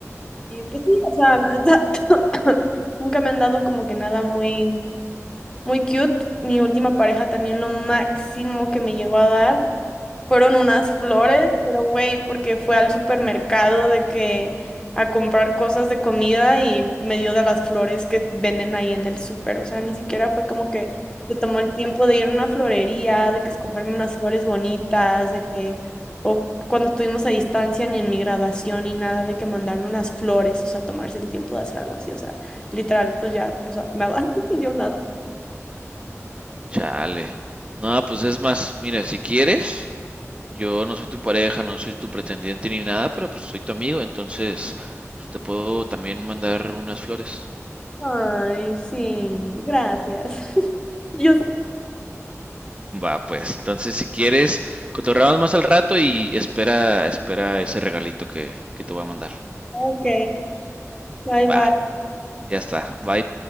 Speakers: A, on the left (about 15°); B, on the right (about 20°).
A: Y pues sí, o sea, la verdad, <coughs> nunca me han dado como que nada muy, muy cute. Mi última pareja también lo máximo que me llegó a dar. Fueron unas flores, pero güey, porque fue al supermercado de que a comprar cosas de comida y me dio de las flores que venden ahí en el súper. O sea, ni siquiera fue como que se tomó el tiempo de ir a una florería, de que escogerme unas flores bonitas, de que, o cuando estuvimos a distancia, ni en mi graduación, ni nada, de que mandarme unas flores, o sea, tomarse el tiempo de hacer algo así. O sea, literal, pues ya, o sea, nada, <laughs> y yo nada.
B: Chale. No, pues es más, mira, si quieres, yo no soy tu pareja, no soy tu pretendiente ni nada, pero pues soy tu amigo, entonces pues te puedo también mandar unas flores.
A: Ay, sí, gracias. <laughs> Yo,
B: Va, pues, entonces si quieres, cotorreamos más al rato y espera, espera ese regalito que, que te voy a mandar.
A: ok. Bye
B: Va,
A: bye.
B: ya está. Bye.